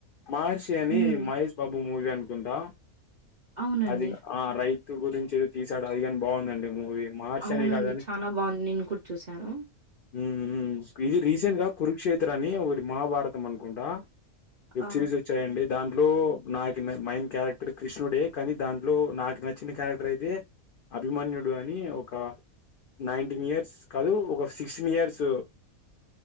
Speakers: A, on the left; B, on the right.
A: మార్చి <unintelligible>
B: ఉమ్
A: మహేష్ బాబ్ మూవీ అనుకుంటా
B: అవునండి
A: అది ఆ రైట్ <unintelligible> గురించిది తీసాడు అది కాని బాగుందండి మూవీ మహర్షి
B: అవునండి
A: అనే కాదని
B: చాలా బాగుంది నేన్ కూడా చూశాను
A: ఉమ్ ఇది రీసెంట్గా కురుక్షేత్ర అని ఒకటి మహాభారతం అనుకుంటా వెబ్
B: ఆ
A: సిరీస్ వచ్చాయండి దాంట్లో నాకు మైన్ క్యారెక్టర్ కృష్ణుడే కానీ దాంట్లో నాకు నచ్చిన క్యారెక్టర్ అయితే అభిమన్యుడు అని ఒక నైన్టీన్ ఇయర్స్ కాదు ఒక సిక్స్టీన్ ఇయర్స్